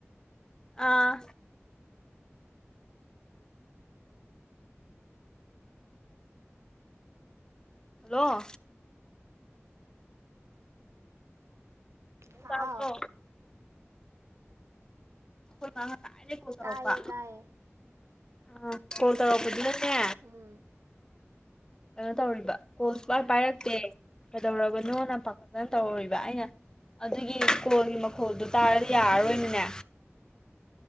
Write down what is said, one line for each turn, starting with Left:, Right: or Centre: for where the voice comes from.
Left: ꯑꯥ ꯍꯜꯂꯣ ꯍꯜꯂꯣ
Right: ꯍꯥꯎ
Left: ꯇꯥꯕ꯭ꯔꯣ ꯑꯩꯈꯣꯏ ꯇꯥꯏꯔ ꯀꯣꯜ ꯇꯧꯔꯛꯄ
Right: ꯇꯥꯏꯌꯦ ꯇꯥꯏꯌꯦ
Left: ꯑ ꯀꯣꯜ ꯇꯧꯔꯣꯄꯗꯨꯗꯅꯦ
Right: ꯎꯝ
Left: ꯀꯩꯅꯣ ꯇꯧꯔꯤꯕ ꯀꯣꯜ ꯁꯨ ꯀꯥꯏ
Right: ꯎꯝ
Left: ꯄꯥꯏꯔꯛꯇꯦ ꯀꯩꯗꯧꯔꯕꯅꯣꯅ ꯄꯥꯈꯠꯠꯇꯅ ꯇꯧꯔꯣꯔꯤꯕ ꯑꯩꯅ ꯑꯗꯨꯒꯤ ꯀꯣꯜꯒꯤ ꯃꯈꯣꯜꯗꯣ ꯇꯥꯔꯗꯤ ꯌꯥꯔꯔꯣꯏꯅꯅꯦ